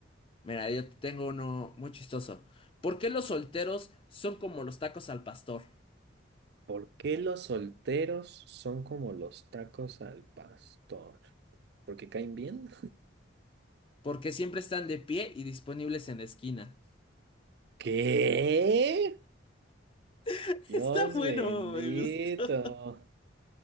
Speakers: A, on the left; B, on the right.
A: Mira, yo te tengo uno muy chistoso. ¿Por qué los solteros son como los tacos al pastor?
B: ¿Por qué los solteros son como los tacos al pastor? ¿Porque caen bien?
A: Porque siempre están de pie y disponibles en la esquina.
B: <laughs> ¿Qué?
A: <laughs>
B: Dios
A: Está bueno,
B: bendito.
A: me gusta.